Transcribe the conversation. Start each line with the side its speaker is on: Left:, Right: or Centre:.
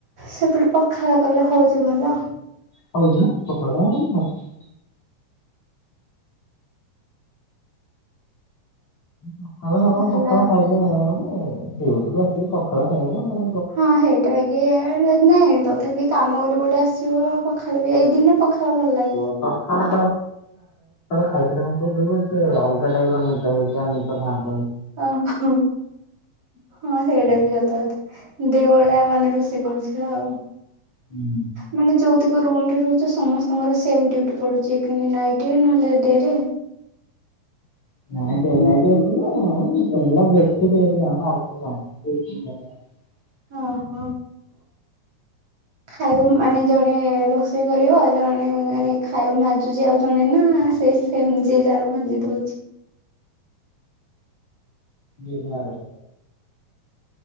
Right: ସେପଟେ ପଖାଳ କଲେ ହଉଛି ଭଲ?
Left: ଖରା ଦିନ ପଖାଳ <unintelligible> ସକାଳୁ ସକାଳୁ
Right: ଭଲ
Left: ପଖାଳ ଖାଇଲେ ହବ <unintelligible> ଆସିବି ପଖାଳ ଖାଇବାନା।
Right: ହଁ ହେଇଟା <unintelligible> ନାଇଁ ତଥାପି କାମ କରିବ ଗୋଟେ ଆସିବ ପଖାଳ ବି ଏଇ ଦିନେ ପଖାଳେ ଭଲ ଲାଗେ।
Left: <unintelligible> ଅ ସକାଳୁ ଖାଇଥିଲୁ ସେ ଅଲଗା ଟାଇପ ର ନିଦ ହେଉଛି ଆ ନିଦ ଖାନ୍ତି।
Right: ଓ ହୋ <inaudible> ହଁ ହେ ଯଥା ଦେ ଭଳିଆ ମାନେ ରୋଷେଇ କରୁଥିଲା ଆଉ।
Left: ହୁଁ।
Right: ମାନେ ରହୁଛ ସମସ୍ତଙ୍କର ସେ ଡଟି ପୁଛି ନାଇଟ ରେ ନହଲେ ଡେରେ
Left: ନାାଇ ଦୋଇ ବେଶ ଆ
Right: ହଁ ହୋ ଖାଇବ ମାନେ ଜଣେ ରୋଷେଇ କରିବ। ଜଣେ ମାନେ ଖାଉ ମାଜୁଛି ଆଉ ଜଣେ ନା ସେଇ ସେମତି ଯିଏ ଯାର ଭାଜି ଦଉଛି।
Left: <inaudible> ବିହାର। <inaudible>